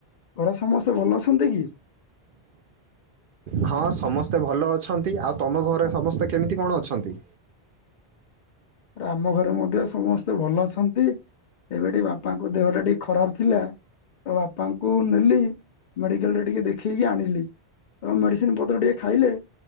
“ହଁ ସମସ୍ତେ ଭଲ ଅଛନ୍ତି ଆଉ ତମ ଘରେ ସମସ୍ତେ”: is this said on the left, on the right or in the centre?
Right